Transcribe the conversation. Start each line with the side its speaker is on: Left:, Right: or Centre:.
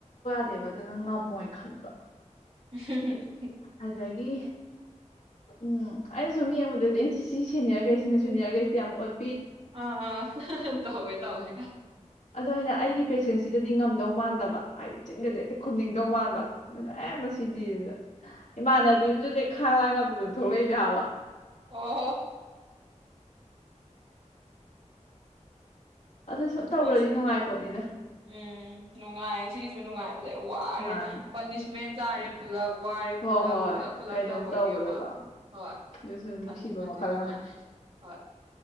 Left: ꯇꯦꯕ ꯑꯗꯨꯅ ꯉꯝꯃꯣꯏ ꯈꯟꯕ
Right: <unintelligible>
Left: ꯑꯗꯩ ꯒꯤ ꯎꯝ ꯑꯩꯅ ꯁꯨꯝ ꯌꯦꯡꯕꯗꯗꯤ ꯑꯦꯟ ꯁꯤ ꯁꯤ ꯁꯦꯅꯤꯌꯔꯈꯩꯁꯤꯅ ꯖꯨꯅꯤꯌꯔꯈꯩꯁꯤꯗ ꯌꯥꯝ ꯑꯣꯠ
Right: ꯑꯥ ꯇꯧꯋꯦ ꯇꯧꯋꯦ
Left: ꯑꯗꯨ ꯑꯩꯅ ꯑꯩꯒꯤ ꯄꯦꯁꯦꯟꯁꯤꯗꯗꯤ ꯉꯝꯗꯧ ꯃꯥꯟꯗꯕ ꯍꯥꯏꯗꯤ ꯆꯤꯟꯒꯁꯦ ꯍꯦꯛꯇ ꯈꯨꯝꯅꯤꯡꯗꯧ ꯃꯥꯟꯕ ꯑꯗꯨꯅ ꯑꯦ ꯃꯁꯤꯗꯤ ꯏꯃꯥꯟꯗꯔꯕꯤꯔꯁꯨ ꯈꯥꯡꯂꯥꯡ ꯉꯞꯇꯗ ꯊꯣꯛꯂꯛꯏꯗ ꯍꯥꯕ
Right: ꯑꯣ ꯍꯣ
Left: ꯑꯗꯨ ꯁꯨꯝ
Right: ꯑꯩꯈꯣꯏꯁꯨ
Left: ꯇꯧꯈ꯭ꯔꯗꯤ ꯅꯨꯡꯉꯥꯏ ꯄꯣꯠꯅꯤꯗ
Right: ꯎꯝ ꯅꯨꯡꯉꯥꯏꯌꯦ ꯁꯤꯒꯤꯁꯨ ꯅꯨꯡꯉꯥꯏꯕꯗ ꯋꯥꯔꯦ
Left: ꯃꯥꯅꯤ
Right: ꯄꯥꯅꯤꯁꯃꯦꯟ ꯆꯔꯦ ꯄꯨꯂꯞ ꯋꯥꯔꯦ
Left: ꯍꯣꯏ
Right: ꯄꯨꯂꯞ
Left: ꯍꯣꯏ
Right: ꯄꯨꯂꯞ ꯄꯨꯂꯞ
Left: ꯀꯩꯅꯣꯝ
Right: ꯇꯧꯕꯒꯤ
Left: ꯇꯧꯕꯗꯀꯣ
Right: ꯑꯃ ꯍꯣꯏ
Left: ꯑꯗꯨꯁꯨ ꯅꯨꯡꯁꯤꯕ
Right: ꯑꯗꯨꯃꯗꯤ
Left: ꯃꯈꯜ
Right: ꯅꯨꯡꯉꯥꯏ
Left: ꯑꯃꯅꯤ
Right: ꯍꯣꯏ